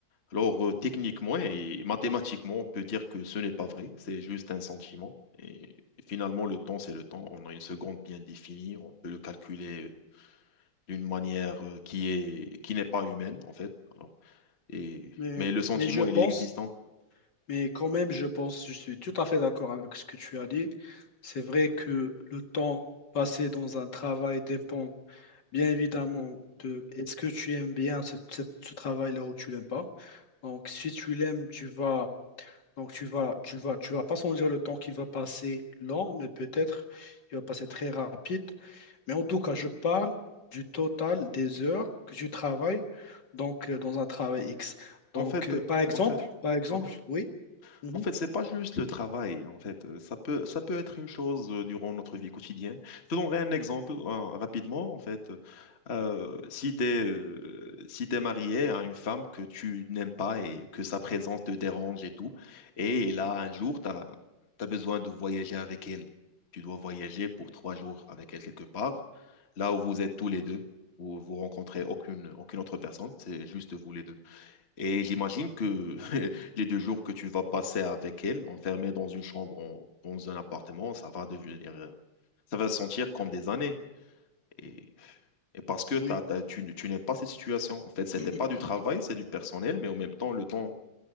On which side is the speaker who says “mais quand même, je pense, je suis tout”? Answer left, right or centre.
Left